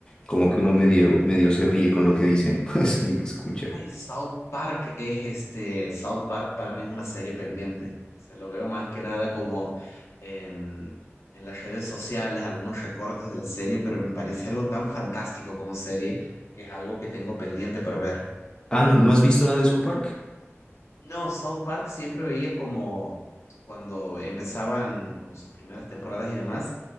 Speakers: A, on the left; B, on the left.
A: como que uno medio, medio se ríe con lo que dicen. <laughs> Pues ahí que escucha.
B: Ay, South Park es este, South Park para mí es una serie pendiente. Se lo veo más que nada como en, en las redes sociales, algunos recortes de la serie, pero me parece algo tan fantástico como serie que es algo que tengo pendiente para ver.
A: Ah, ¿no, no has visto nada de South Park?
B: No, South Park siempre veía como cuando empezaban con sus primeras temporadas y demás,